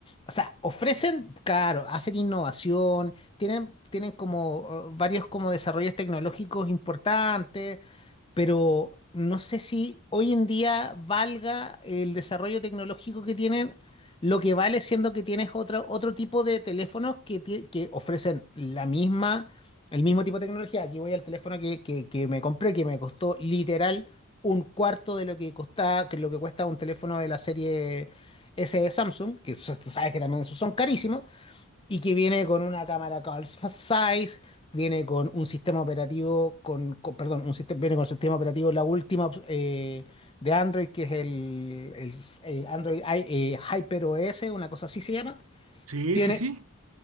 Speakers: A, on the left (about 25°); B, on the right (about 75°).
A: o sea, ofrecen, claro, hacen innovación, tienen, tienen como eh, varios como desarrollos tecnológicos importantes, pero no sé si hoy en día valga el desarrollo tecnológico que tienen. Lo que vale siendo que tienes otro, otro tipo de teléfonos que, tie- que ofrecen la misma el mismo tipo de tecnología. Aquí voy al teléfono que, que- que me compré, que me costó literal un cuarto de lo que costaba, que lo que cuesta un teléfono de la serie S de Samsung, que s- tú sabes que también esos son carísimos, y que viene con una cámara call size, viene con un sistema operativo, con, con- perdón, un sistema, viene con sistema operativo la última eh, de Android, que es el, el- el Android I- eh, Hyper OS, una cosa así se llama.
B: Sí,
A: Tiene
B: sí, sí.